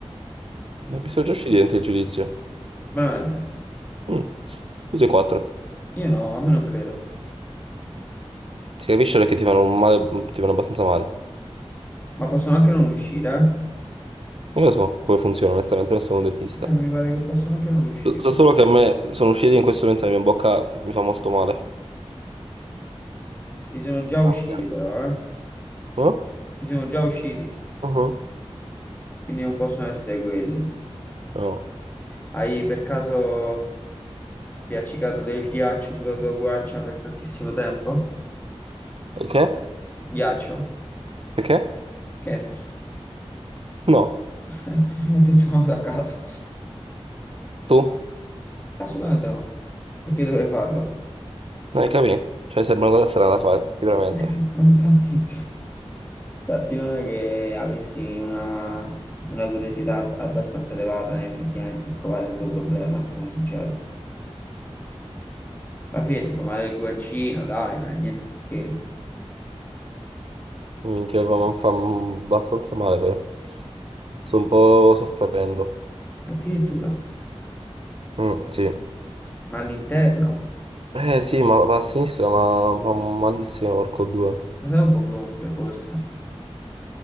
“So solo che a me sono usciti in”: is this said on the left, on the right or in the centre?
Right